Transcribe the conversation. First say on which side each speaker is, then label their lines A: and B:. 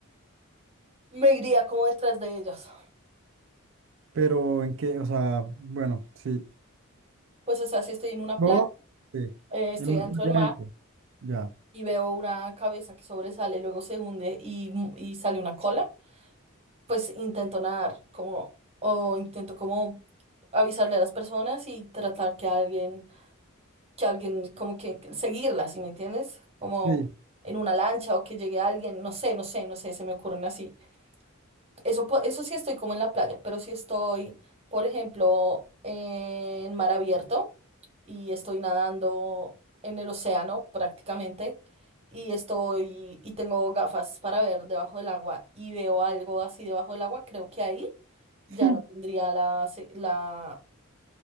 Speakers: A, on the right; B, on the right.
A: me iría como detrás de ellas.
B: Pero en qué, o sea, bueno, sí.
A: Pues, o sea, si estoy en una
B: Yo,
A: playa,
B: sí.
A: eh, estoy
B: En una
A: adentro
B: playa
A: del mar
B: adentro, ya.
A: y veo una cabeza que sobresale, luego se hunde y, y sale una cola, pues intento nadar como, o intento como avisarle a las personas y tratar que alguien, que alguien como que seguirlas, ¿sí me entiendes? Como
B: Sí.
A: en una lancha o que llegue alguien, no sé, no sé, no sé, se me ocurren así. Eso, po- eso sí estoy como en la playa, pero si estoy, por ejemplo, en mar abierto y estoy nadando en el océano prácticamente y estoy y tengo gafas para ver debajo del agua y veo algo así debajo del agua, creo que ahí ya
B: <laughs>
A: no tendría la, se- la,